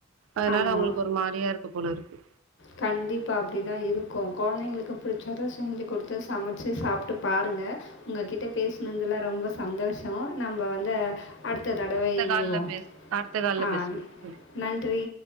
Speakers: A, on the right; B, on the left.
A: அதனால
B: ஆமா.
A: அவுங்களுக்கு ஒரு மாரியா இருக்கு போல இருக்கு
B: கண்டிப்பா அப்டி தா இருக்கு கொழந்தைங்களுக்கு புடிச்சத செஞ்சு குடுத்து சமச்சு சாப்ட்டு பாருங்க உங்ககிட்ட பேசனதுல ரொம்ப சந்தோஷோ நம்ப வந்து அடுத்த தடவை இணைவோ
A: கால்ல பேசு அடுத்த கால்ல
B: ஆ
A: பேசுவோ ம்
B: நன்றி